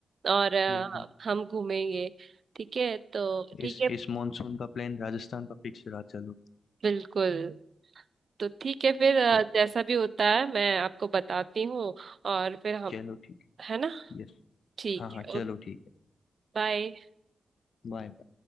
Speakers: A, on the right (about 60°); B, on the left (about 75°).
A: और अ,
B: बिल्कुल
A: हम घूमेंगे ठीक है तो ठीक
B: इस
A: है
B: इस मॉनसून का प्लान राजस्थान का फिक्स रहा चलो
A: बिल्कुल तो ठीक है फिर अ,
B: च-
A: जैसा भी होता है मैं आपको बताती हूँ और फिर हम
B: चलो ठीक
A: है
B: है
A: ना
B: यस
A: ठीक
B: हाँ हाँ
A: है
B: चलो
A: ओके
B: ठीक है
A: बाय
B: बाय